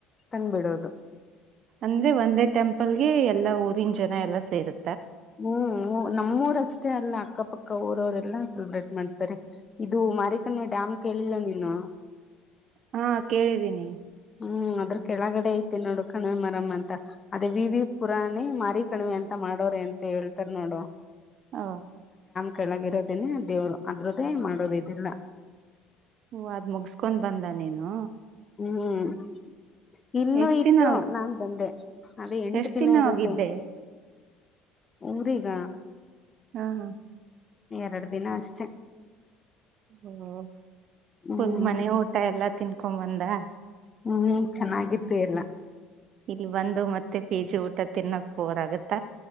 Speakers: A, on the left; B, on the right.
A: ತಂದ್ ಬಿಡೋದು
B: ಅಂದ್ರೆ ಒಂದೇ ಟೆಂಪ ಪಲ್ಗೆ ಎಲ್ಲಾ ಊರಿನ ಜನ ಎಲ್ಲಾ ಸೇರು
A: ಹ್ಮ್ ನಮ್ಮೂರಷ್ಟೇ ಅಲ್ಲ ಅಕ್ಕಪಕ್ಕ ಊರವರೆಲ್ಲಾ ಸೆಲೆಬ್ರೇಟ್ ಮಾಡ್ತಾರೆ ಇದು ಮಾರಕಣ್ಮೆ ಡ್ಯಾಮ್ ಕೇಳಿಲ್ಲ ನೀನು
B: ಹಾ ಕೇಳಿದ್ದೀನಿ
A: ಹ್ಮ್ ಅದ್ರ ಕೆಳಗಡೆ ಐತೆ ನೋಡು ಕಣಿವೆ ಮರಮ ಅಂತ ಅದೇ ವಿ ವಿ ಪುರಾನೆ ಮಾರಿ ಕಣಿವೆ ಅಂತ ಮಾಡೋರೆ ಅಂತ ಹೇಳ್ತಾರ ನೋಡು
B: ಹಾ
A: ಕೆಳಗಿರೋದನೆ ದೇವ್ರು ಅದರದ್ದೇ ಮಾಡೋದು ಇದೆಲ್ಲ
B: ಹೂ ಅದ್ ಮುಗಸ್ಕೊಂಡ್ ಬಂದ ನೀನು
A: ಹ್ಮ್ <inaudible> ಇನ್ನುೂ
B: ಎಷ್ಟ್
A: ಇತ್ತು
B: ದಿನ
A: ನಾನ್ ಬಂದೆ ಅದೇ ಎಂಟು
B: ಎಷ್ಟ್
A: ದಿನ ಇರುತ್ತೆ.
B: ಹೋಗಿದ್ದೆ
A: ಊರಿಗ
B: ಹ್ಮ್
A: ಎರಡ್ ದಿನ ಅಷ್ಟೆ.
B: ಹ್ಮ್ ಉ
A: ಹ್ಮ್
B: ಫುಲ್ ಮನೆ ಊಟ ಎಲ್ಲ ತಿನ್ಕೊಂಬಂದೆ.
A: ಇನ್ನೇನ್ ಚೆನ್ನಾಗಿತ್ತು ಎಲ್ಲ.
B: ಇಲ್ಲಿ ಬಂದು ಮತ್ತೆ ಪಿಜಿ ಊಟ ತಿನ್ನಕ್ ಬೋರಾಗುತ್ತ?